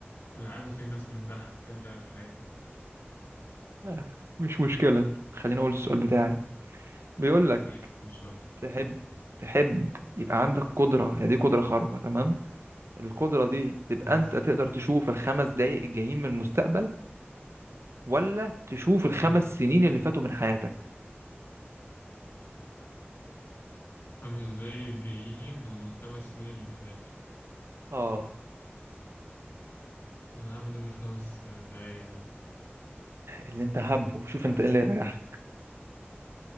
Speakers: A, on the left; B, on the right.
A: العزا فيه الناس بتضحك كده مش عارف ليه
B: آه، مش مشكلة خليني أقول السؤال بتاعي بيقول لك
A: ماشي قول سؤال
B: تحب تحب يبقى عندك قدرة هي دي قدرة خارقة تمام القدرة دي تبقى
A: ماشي
B: أنت تقدر تشوف الخمس دقايق الجايين من المستقبل ولا تشوف الخمس
A: مم.
B: سنين اللي فاتوا من حياتك
A: خمس دقايق جايين من الخمس سنين اللي فاتوا
B: اه
A: أنا هعمل إيه بالخمس دقايق دول؟
B: اللي انت حابه شوف
A: مش عارف
B: انت ايه اللي يريحك